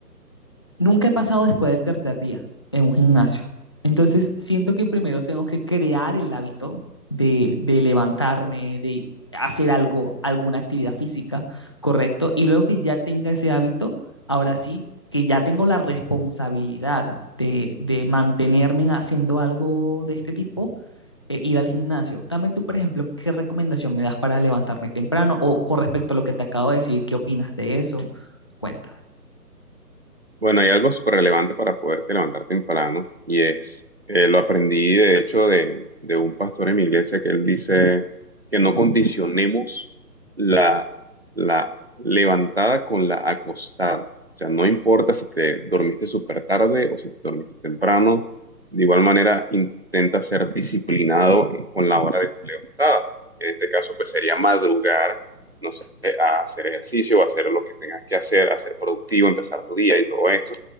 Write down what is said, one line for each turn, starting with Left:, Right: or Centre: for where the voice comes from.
Left: nunca he pasado después del tercer día en un gimnasio. Entonces, siento que primero tengo que crear el hábito de, de levantarme, de hacer algo, alguna actividad física, correcto, y luego que ya tenga ese hábito, ahora sí, que ya tengo la responsabilidad de, de mantenerme haciendo algo de este tipo, eh, ir al gimnasio. Dame tú, por ejemplo, qué recomendación me das para levantarme temprano o con respecto a lo que te acabo de decir, ¿qué opinas de eso? Cuenta.
Right: Bueno, hay algo súper relevante para poderte levantar temprano y es, eh, lo aprendí de hecho de, de un pastor en mi iglesia que él dice que no condicionemos la, la levantada con la acostada. O sea, no importa si te dormiste súper tarde o si te dormiste temprano, de igual manera intenta ser disciplinado en- con la hora de tu levantada. En este caso, pues sería madrugar no sé, a hacer ejercicio, a hacer lo que tengas que hacer, a ser productivo, empezar tu día y todo esto.